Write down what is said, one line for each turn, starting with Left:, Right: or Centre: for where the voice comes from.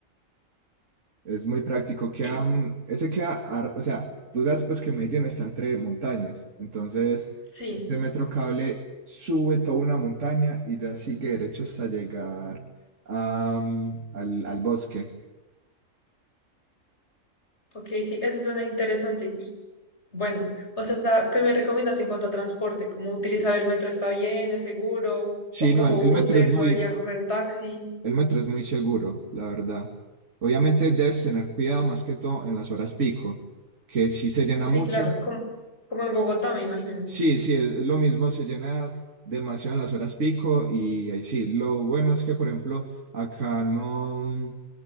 Right: Es muy práctico. Queda,
Left: Y
Right: mm, ese queda, ar- o sea, tú sabes pues que Medellín está entre montañas, entonces
Left: sí.
Right: este metro cable sube toda una montaña y ya sigue derecho hasta llegar a, mm, al, al bosque.
Left: Ok, sí, eso suena interesante. Y bueno, o sea, ¿qué me recomiendas en cuanto a transporte? ¿Cómo utilizar el metro está bien, es seguro?
Right: Sí,
Left: ¿O cojo
Right: no, el, el
Left: buses
Right: metro es muy,
Left: o debería coger taxi?
Right: el metro es muy seguro, la verdad. Obviamente debes tener cuidado más que todo en las horas pico, que sí se llena
Left: Sí,
Right: mucho
Left: claro, como, como en Bogotá, me imagino.
Right: Sí, sí, es lo mismo, se llena demasiado en las horas pico y ahí sí, lo bueno es que, por ejemplo, acá no.